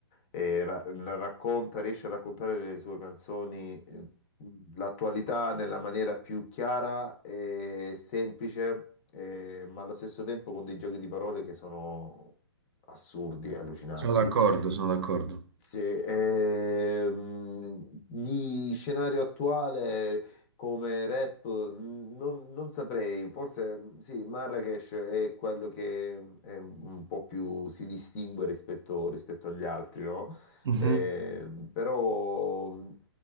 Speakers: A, on the left (about 25°); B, on the right (about 65°).
A: eh, ra- la racconta, riesce a raccontare le sue canzoni, eh, l'attualità nella maniera più chiara e semplice, eh, ma allo stesso tempo con dei giochi di parole che sono assurdi e allucinanti.
B: Sono d'accordo, sono d'accordo.
A: Sì, ehm, di scenario attuale come rap mh, non, non saprei, forse mh, sì, Marrakesh è quello che è un po' più si distingue rispetto, rispetto agli altri, no?
B: Mhm.
A: Ehm, però mh,